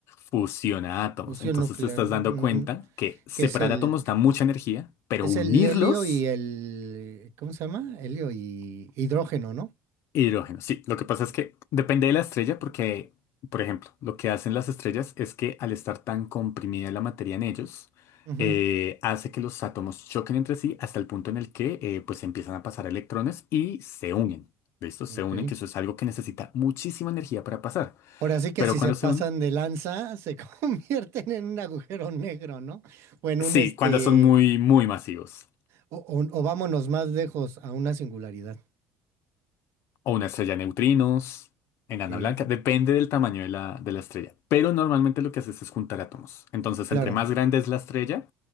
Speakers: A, on the left; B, on the right.
A: fusiona átomos,
B: fusión
A: entonces
B: nuclear,
A: te estás dando
B: ujú,
A: cuenta que separar
B: que es el,
A: átomos da mucha energía, pero
B: es
A: unirlos,
B: el helio y el, ¿cómo se llama? Helio y hidrógeno, ¿no?
A: hidrógeno. Sí, lo que pasa es que depende de la estrella porque, por ejemplo, lo que hacen las estrellas es que al estar tan comprimida la materia en ellos,
B: Ujú,
A: eh, hace que los átomos choquen entre sí hasta el punto en el que eh, pues empiezan a pasar electrones y se unen. ¿Listo?
B: ok.
A: Se unen, que eso es algo que necesita muchísima energía para pasar.
B: Ahora sí que
A: Pero
B: si
A: cuando
B: se pasan
A: se unen,
B: de lanza, se <laughs> convierten en un agujero negro, ¿no? O en
A: sí,
B: un este,
A: cuando son muy, muy masivos.
B: o, o- o vámonos más lejos a una singularidad.
A: O una estrella de neutrinos, enana
B: Sí.
A: blanca, depende del tamaño de la, de la estrella. Pero normalmente lo que haces es juntar átomos. Entonces,
B: Claro,
A: entre más grande es la estrella,